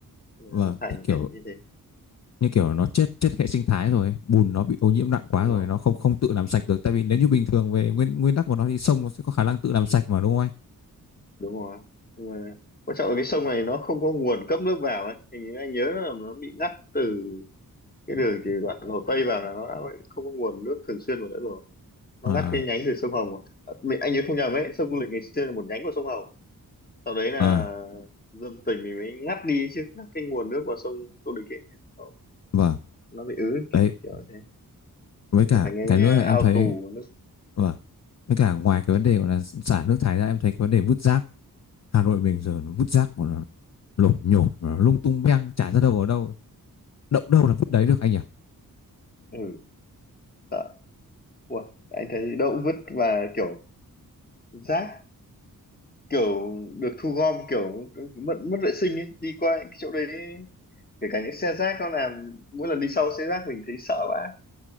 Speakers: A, on the left (about 25°); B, on the left (about 50°).
A: nó
B: vâng
A: thành
B: thì kiểu
A: cái như thế
B: như kiểu nó chết chết hệ sinh thái rồi bùn nó bị ô nhiễm nặng quá
A: đúng
B: rồi
A: không
B: nó không không tự
A: đúng,
B: làm sạch được tại vì nếu như bình thường về nguyên nguyên tắc của nó thì sông nó sẽ có khả năng tự làm sạch mà đúng không anh
A: đúng rồi nhưng mà quan trọng là cái sông này nó không có nguồn cấp nước vào ấy thì anh nhớ là nó bị ngắt từ cái đường từ đoạn Hồ Tây vào là nó đã bị- không có nguồn nước thường xuyên vào nữa rồi nó
B: à
A: ngắt cái nhánh từ sông Hồng mà. À, mình anh nhớ không nhầm ấy sông Du Lịch ngày xưa là một nhánh của sông Hồng sau đấy là
B: à
A: dân tỉnh mình mới ngắt đi chứ ngắt cái nguồn nước vào sông Du Lịch ấy nên nó,
B: vâng
A: nó bị ứ
B: đấy
A: kiểu thế
B: với cả
A: trở thành cái
B: cái nữa là
A: ao
B: em thấy
A: tù nước
B: vâng với cả ngoài cái vấn đề gọi là xả nước thải ra em thấy cái vấn đề vứt rác Hà Nội mình giờ nó vứt rác của nó lộp nhổm nó lung tung beng chả ra đâu ở đâu động đâu là vứt đấy được anh nhỉ
A: ừ sợ Ủa, anh thấy động vứt và kiểu rác kiểu được thu gom kiểu mất mất vệ sinh ấy đi qua những cái chỗ đấy kể cả những xe rác nó làm mỗi lần đi sau xe rác mình thấy sợ vãi